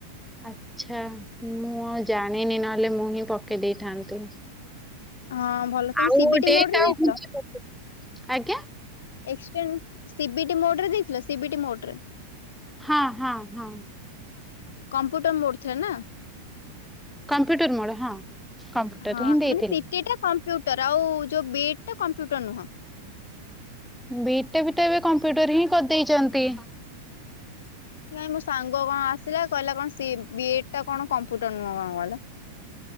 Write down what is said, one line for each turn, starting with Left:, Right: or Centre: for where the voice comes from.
Centre: ଆଛା ମୁଁ ଆଉ ଜାଣିନି ନହେଲେ ମୁଁ ହିଁ ପକେଇ ଦେଇଥାନ୍ତି।
Left: ହଁ ଭଲ ତମେ
Centre: ଆଉ
Left: ସିବିଟି
Centre: ଡେଟ୍
Left: ମୋଡ ରେ
Centre: ଆଉ
Left: ଦେଇଥିଲ
Centre: ଘୁଞ୍ଚିବକି ଆଜ୍ଞା।
Left: ଏକ୍ସଟେନ୍ ସିବିଟି ମୋଡରେ ଦେଇଥିଲ ସିବିଟି ମୋଟରେ।
Centre: ହଁ ହଁ ହଁ।
Left: କମ୍ପ୍ୟୁଟର ମୋଡଥେନା।
Centre: କମ୍ପ୍ୟୁଟର ମୋର ହଁ କମ୍ପ୍ୟୁଟର
Left: ହଁ
Centre: ହି ଦେଇଥିଲି।
Left: ମାନେ ସିଟି ଟା କମ୍ପ୍ୟୁଟର ଆଉ ଯୋଉ ବି ଇ ଡି ଟା କମ୍ପ୍ୟୁଟର ନୁହଁ।
Centre: ବି ଇ ଡି ତ ଏବେ କମ୍ପ୍ୟୁଟର ହିଁ କରିଦେଇଛନ୍ତି।
Left: ନାହି ମୋ ସାଙ୍ଗ କଣ ଆସିଲା କହିଲା କଣ ସିଏ ବି ଏ ଡ ଟା କଣ କମ୍ପୁଟର ନୁହ କଣ କ